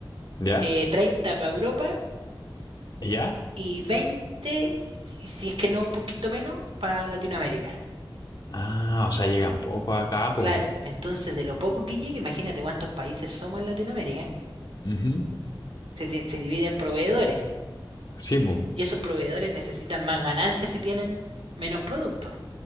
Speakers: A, on the left; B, on the right.
A: ¿Ya?
B: eh, 30 para Europa
A: ¿Ya?
B: y 20, si si es que no un poquito menos, para Latinoamérica.
A: Ah, o sea, llegan pocos acá, po.
B: Claro, entonces de lo poco que llega, imagínate cuántos países somos en Latinoamérica.
A: Ujú.
B: se, di- se divide en proveedores.
A: Sí, po.
B: Y esos proveedores necesitan más ganancias si tienen menos productos.